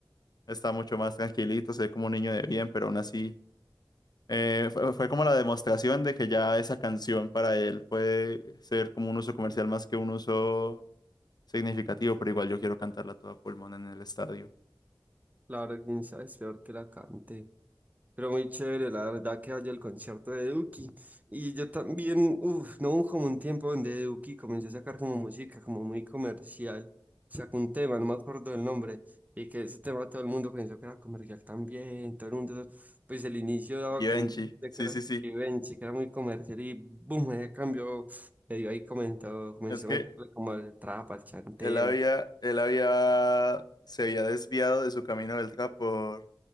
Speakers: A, on the left (about 50°); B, on the right (about 20°).
A: está mucho más tranquilito, se ve como un niño de bien, pero aún así eh, fue, fue como la demostración de que ya esa canción para él puede ser como un uso comercial más que un uso significativo, pero igual yo quiero cantarla toda pulmón en el estadio.
B: Claro, quién sabe, es peor que la cante. Pero muy chévere, la verdad que vaya el concierto de Duki. Y yo también, uff, no hubo como un tiempo donde Duki comenzó a sacar como música, como muy comercial. Sacó un tema, no me acuerdo del nombre. Y que ese tema todo el mundo pensó que era comercial también. Todo el mundo, pues el inicio daba
A: Givenchy,
B: como un que
A: sí,
B: era
A: sí, sí.
B: Givenchy, que era muy comercial. Y boom, ese cambio medio ahí comentó, comenzó
A: Es que
B: a meterle como al trap, al chanteo.
A: él había, él había, se había desviado de su camino del trap por,